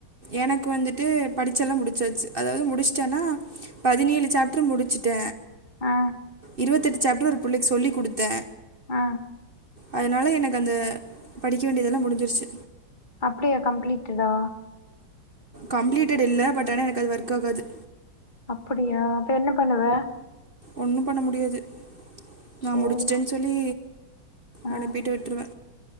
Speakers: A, on the right (about 35°); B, on the left (about 25°).
A: எனக்கு வந்துட்டு படிச்செல்லா முடுச்சாச்சு அதாது முடுச்ட்டேன்னா பதினேழு சாப்டர் முடிச்சுட்ட
B: ஆ
A: இருவத்தெட்டு சாப்டர் ஒரு புள்ளைக்கு சொல்லி குடுத்த
B: ஆ
A: அதனால எனக்கு அந்த படிக்க வேண்டியது எல்லா முடிஞ்சுருச்சு
B: அப்டியா கம்ப்ளீட்டடா
A: கம்ப்ளீட்டட் இல்ல பட் ஆனா எனக்கு அது ஒர்க் ஆகாது
B: அப்டியா அப்ப என்ன பண்ணுவ
A: ஒன்னு பண்ண முடியாது நா
B: சரி
A: முடுச்சுட்டேன்னு
B: ஓ-
A: சொ சொல்லி
B: ஆ
A: அனுப்பிட்டு விட்ருவ